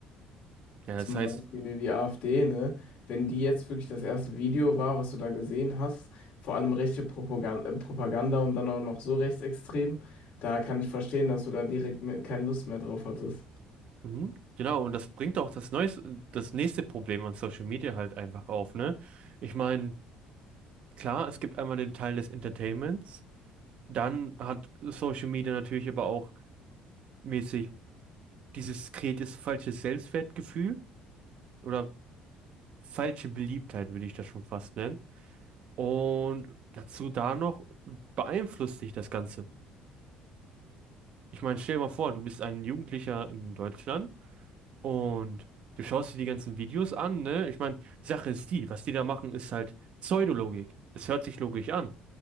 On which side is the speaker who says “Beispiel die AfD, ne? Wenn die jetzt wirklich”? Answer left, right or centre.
Left